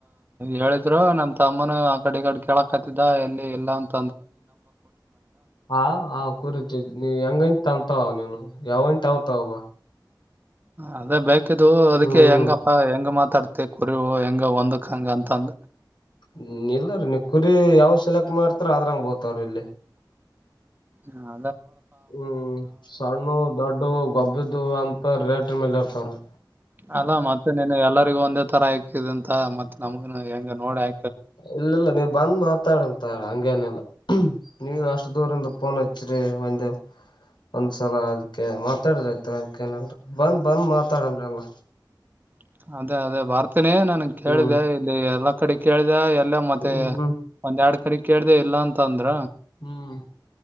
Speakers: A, on the right; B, on the left.
A: ಹೇಳಿದ್ರು ನಮ ತಮ್ಮನ ಆ ಕಡೆ ಕಡ ಕೆೇಳಕತ್ತಿದ ಎಲ್ಲಿ ಎಲ್ಲಾ ಅಂತ
B: ಹ ಆ ಕುರುಜು ನೀ ಹೆಂಗಂತ ಅಂತವ ನೀನು ಯಾವಂತಗತ ಒಬ
A: ಅದೇ ಬೇಕಿದ್ದು ಅದಕ್ಕೆ
B: ಹ್ಮ್
A: ಹೆಂಗಪ್ಪ ಹೆಂಗ ಮಾತ್ ತಡ್ತೆ ಕುರಿವು ಹೆಂಗ ಒಂದಕ್ ಹಂಗ ಅಂತಂದ
B: ಹ್ಮ ಇಲ್ಲಾರೀ ನೀ ಕುರಿ ಯಾವ ಸೆಲೆಕ್ಟ್ ಮಾಡ್ತಾರ ಆದದ್ರಂಗ್ ಬೋತಾರ್ರೀ ಇಲ್ಲಿ
A: ಹಾ
B: ಹ್ಮ್ ಸಣ್ಣ ದೊಡ್ಡು ಗೊಬ್ಬ್ದ ಅಂತ ರೇಟ ಮೇಲೆ ಇರ್ತವ್ರೀ
A: ಅಲ್ಲ ಮತ್ತೆ ನಿನ್ ಎಲ್ಲರಿಗು ಒಂದೇ ತರ ಆತಿದ ಅಂತ ಮತ್ತತ್ ನಮ್ಗ ಹೆಂಗ ನೋಡಿ ಆ
B: ಇಲ್ಲ ಇಲ್ಲ ನೀವು ಬಂದ್ ಮಾತಾಡಂತ ಹಂಗೇನೆಲ್ಲ ನೀವ ಅಷ್ಟ ದೂರಂದು ಪನಚ್ ರ ಒಂದು ಒಂದ್ಸಲ ಅದ್ಕ ಮಾತಾಡ್ರೈತ ಅದ್ಕೇನಲ್ ಬಂದ್ ಬಂದ್ ಮಾತಾಡಮ್ರಲ್ಲ
A: <inaudible> ಅದೇ ಅದೇ ಬರ್ತೀನಿ ನನ್ ಕೇಳಿದೆ
B: ಹ್ಮ್
A: ಇಲ್ಲಿ ಎಲ್ಲಾ ಕಡೆ ಕೇಳಿದೆ ಇಲ್ಲ ಮತ್ತೆ
B: ಹ್ಮ್ ಹ್ಮ್
A: ಒಂದ ಎರಡ್ ಕಡೆ ಕೇಳ್ದ ಇಲ್ಲ ಅಂತ ಅಂದ್ರ
B: ಹ್ಮ್